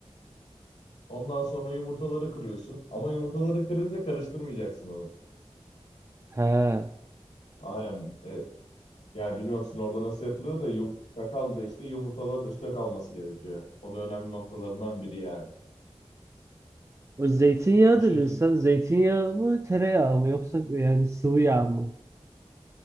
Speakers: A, on the left; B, on the right.
A: Ondan sonra yumurtaları kırıyorsun. Ama yumurtaları kırınca karıştırmayacaksın onu.
B: He.
A: Aynen. Ee, Yani bilmiyorum sizin orada nasıl yapılıyor da yum çakal da işte yumurtaların üstte kalması gerekiyor. O da önemli noktalarından biri yani.
B: O zeytinyağı
A: O şekil
B: dedin sen. Zeytinyağı mı tereyağı mı? Yoksa yani sıvı yağ mı?